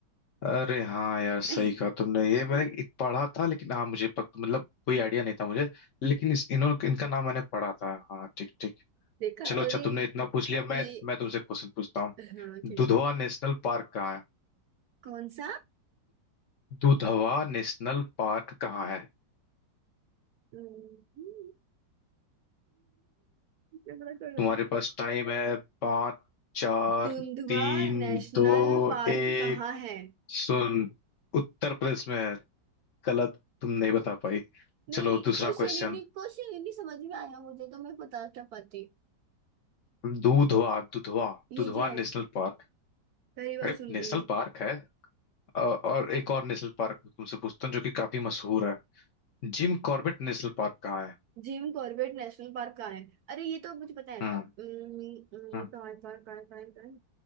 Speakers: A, on the left; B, on the right.
A: अरे हाँ यार सही
B: <laughs>
A: कहा तुमने ये मैंने एक पढ़ा था लेकिन हाँ मुझे पत, मतलब कोई आइडिया नहीं था मुझे लेकिन इस इन्होंने इनका नाम मैंने पढ़ा था हाँ ठीक ठीक
B: देखा
A: चलो अच्छा
B: अरे
A: तुमने इतना पूछ लिया मैं
B: ये
A: मैं तुमसे क्वेश्चन पूछता हूँ
B: हाँ ठीक
A: दुधवा
B: है
A: नेशनल पार्क कहाँ है
B: कौन सा
A: दुधवा नेशनल पार्क कहाँ है
B: ये बड़ा कड़वा
A: तुम्हारे
B: है।
A: पास टाइम है पाँच चार
B: दुंधवा
A: तीन
B: नेशनल
A: दो
B: पार्क
A: एक
B: कहाँ है
A: सुन उत्तर प्रदेश में है गलत तुम नहीं बता पाई
B: नहीं
A: चलो दूसरा
B: क्वेश्चन
A: question
B: ही नहीं क्वेश्चन ही नहीं समझ में आया मुझे तो मैं बता क्या पाती
A: Dudhwa Dudhwa
B: ये
A: Dudhwa
B: क्या है
A: national park
B: पहली बार
A: अरे
B: सुन
A: नेशनल
B: रही हूँ
A: पार्क है अ- और एक और नेशनल पार्क मैं तुमसे पूछता हूँ जो कि काफी मशहूर है जिम कॉर्बेट नेशनल पार्क कहाँ है
B: जिम कॉर्बेट नेशनल पार्क कहाँ है अरे ये तो मुझे पता है उम्म,
A: हम्म
B: उम्म,
A: हम्म।
B: कहाँ है कहाँ है, कहाँ है, कहाँ है,